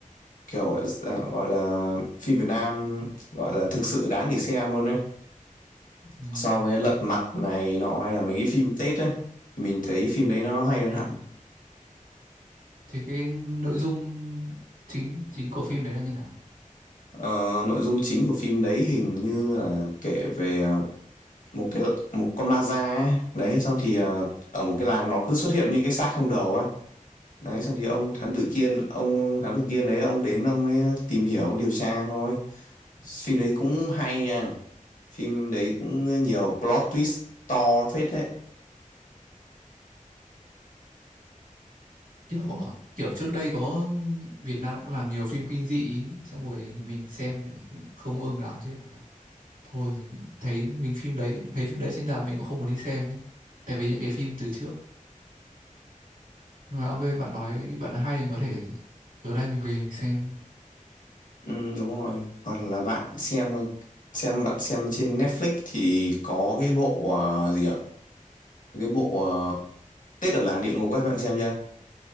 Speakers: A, on the left; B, on the right.
A: kiểu à, gọi là phim Việt Nam gọi là thực sự đáng để xem luôn đấy
B: Ừm,
A: so với Lật Mặt này nọ hay là mấy cái phim Tết ấy thì mình thấy phim
B: ừm.
A: đấy nó hay hơn hẳn
B: thì cái nội dung chính chính của phim đấy là như nào
A: Ờ, nội dung chính của phim đấy hình như là kể về à, một cái một con ma da ấy. đấy xong thì à, ở một cái làng nó cứ xuất hiện những cái xác không đầu ấy đấy xong thì ông
B: Ừm.
A: thám tử Kiên ông thám tử Kiên đấy ông đến ông ấy tìm hiểu ông điều tra thôi phim đấy cũng hay nha phim đấy cũng nhiều plot twist to phết đấy
B: kiểu à, kiểu trước đây có Việt Nam cũng làm nhiều phim kinh dị ý, xong rồi mình xem kiểu không ưng lắm thế là thôi mình thấy mình phim đấy thấy phim đấy trên rạp mình cũng không muốn đi xem ấy tại vì những cái phim từ trước nhưng mà ok bạn nói bạn nói hay thì mình có thể tối nay mình về mình xem
A: ừ, đúng rồi hoặc là bạn xem xem bạn xem trên Netflix thì có cái bộ ờ, gì ạ cái bộ ờ, Tết ở làng địa ngục ấy bạn xem chưa